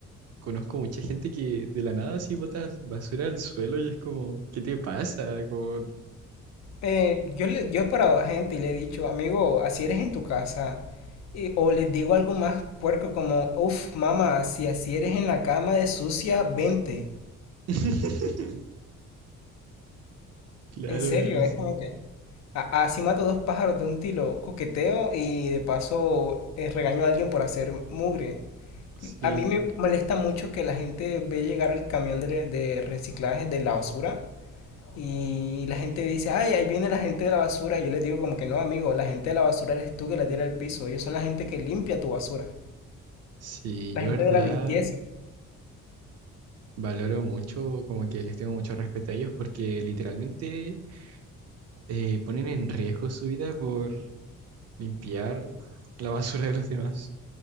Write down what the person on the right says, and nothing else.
conozco mucha gente que de la nada así bota basura al suelo y es como, ¿qué te pasa? Como...
<laughs> Claro,
sí,
sí,
sí,
yo
verdad
valoro mucho, como que les tengo mucho respeto a ellos porque literalmente eh, ponen en riesgo su vida por limpiar la basura de los demás.